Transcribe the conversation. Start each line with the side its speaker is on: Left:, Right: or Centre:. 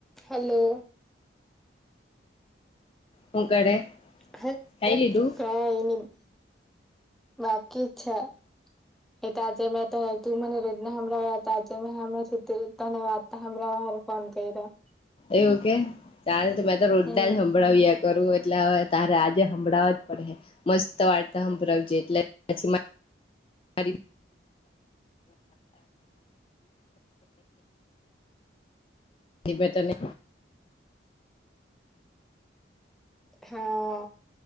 Centre: Hello.
Left: હું કરે.
Centre: હટ,
Left: ખાઈ લીધું
Centre: કઈની બાકી છે. એ તાજે મેં તો તું મને રોજના તાજે મેં હમે ધન્ય વાદ. હર ફોન કયરા.
Left: એવું કે, ચાલ મેં તો રોજના
Centre: હમ
Left: જ સંભળાવ કરું એટલે હવે, તારે આજે હભરાવા જ પડશે.. મસ્ત વાર્તા હંભરાવ જે એટલે પછી <inaudible> એ બે તને
Centre: હા,